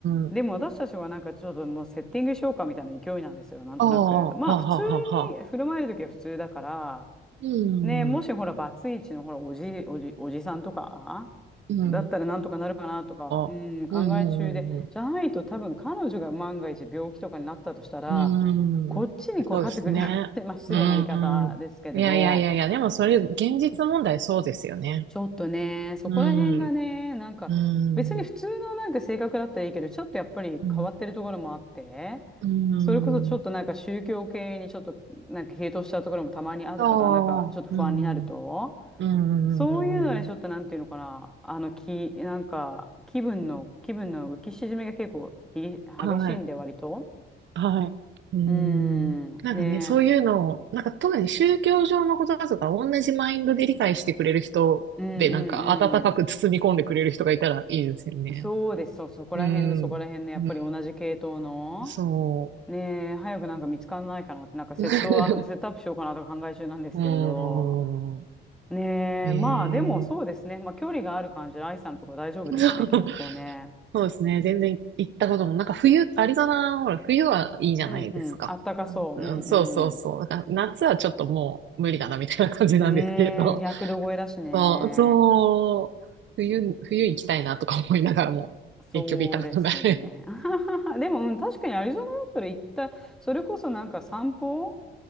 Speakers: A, on the right; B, in the centre.
A: ん。あ
B: でも私たちはなんかちょっともうセッティングしようかみたいな勢いなんですよ、なんとなく。
A: あ、はあ、
B: まあ普通
A: はあ、はあ、はあ。
B: に振る舞える時は普通だから、
A: うん。
B: ね、もしほら、バツイチのほら、おじ、おじ、おじさんとか、
A: うん。
B: だったらなんとかなるかなとか、
A: あ
B: うん、
A: あ。
B: 考え中で、
A: うん、うん、うん、
B: じゃないと多分彼女が万が一病気とかになったとしたら、
A: うん。
B: こっちにこうかかってくるじゃん、
A: うん。そうですね。
B: <laughs> まあ、失礼な言い方ですけれど、
A: うん。いやいやいやいや、でもそれ、現実問題そうですよね。
B: ちょっとね、そこら辺がね、
A: うん。
B: なんか別に普通のなんか性格だったらいいけど、
A: うん。
B: ちょっとやっぱり変わってるところもあって、
A: うん。うん。
B: それこそちょっとなんか宗教系にちょっとなんか傾倒したところもたまにあるから、
A: ああ、
B: なんかちょっと不安になると、
A: うん、うん、
B: そういうのでちょっとなんていうのかな、
A: うん、
B: あの気、なんか気分の、気分の浮き沈みが結構ひ激しいんで割と。
A: はい、はい、うん。
B: うーん、
A: なんかね、
B: ね
A: そういうのを、なんか特に宗教上のことだとか、同じマインドで理解してくれる人で、
B: えうんうんうん。
A: なんか温かく包み込んでくれる人がいたらいいですよね。
B: そうです、そう、そこら辺のそこら辺のやっぱり同じ系統の。
A: うん、うん、そ
B: ねえ、早くなんか見つからないかなって、なんかセット、
A: う。<laughs>
B: あ、セットアップしようかなとか考え中なんですけれど。
A: う
B: ねえ、
A: ん。ええ
B: まあでもそうですね。まあ距離がある感じで、愛さんのとこ大丈夫ですね、
A: そう。
B: 結構ね。
A: そうですね。全然行ったことも、なんか冬、アリゾナ、ほら、冬はいいじゃないですか。
B: うんうん、あったかそう。
A: うんそうそうそう。
B: うん
A: だから夏はちょっともう無理だなみたいな感じなんですけど、
B: うん。うーん、100度超えだしね。
A: そう、そう、冬、冬行きたいなとか思いながらも、
B: そうですね。
A: 結局行ったことない。
B: <laughs> でも、うん、確かにアリゾナだったら行った、それこそなんか散歩